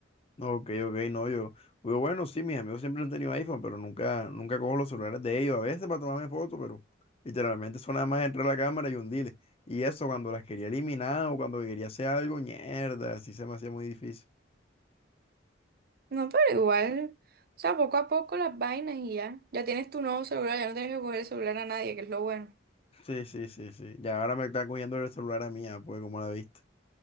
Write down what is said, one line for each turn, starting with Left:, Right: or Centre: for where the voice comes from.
Left: Ok, ok, no, yo, yo, bueno, sí, mis amigos siempre han tenido iPhone, pero nunca, nunca cojo los celulares de ellos, a veces para tomarme fotos, pero literalmente son nada más entre la cámara y hundirle. Y eso cuando las quería eliminar o cuando quería hacer algo, mierda, así se me hacía muy difícil.
Right: No, pero igual, o sea, poco a poco las vainas y ya, ya tienes tu nuevo celular, ya no tienes que coger el celular a nadie, que es lo bueno.
Left: Sí, sí, sí, sí. Ya ahora me está cogiendo el celular a mí, ah, pues, como la viste?